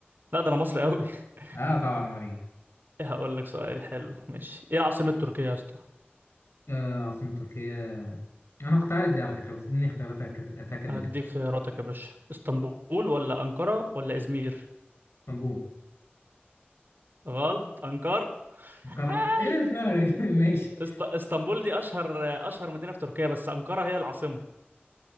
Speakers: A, on the right; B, on the left.
A: لا ده انا مصري قوي <laughs>
B: اه طبعا امال ايه
A: هقول لك سؤال حلو ماشي ايه عاصمة تركيا يا اسطى
B: آه عاصمة تركيا انا كنت عارف دي على فكرة بس اديني اختيارات اتاكد أتأكد
A: هديك
B: من الاسم.
A: خياراتك يا باشا اسطنبول ولا انقرة ولا ازمير
B: اسطنبول
A: غلط انقرة
B: القارة
A: هاي
B: ايه ده اسمها غريب <laughs> ماشي
A: است... اسطنبول دي اشهر اشهر مدينة في تركيا بس انقرة هي العاصمة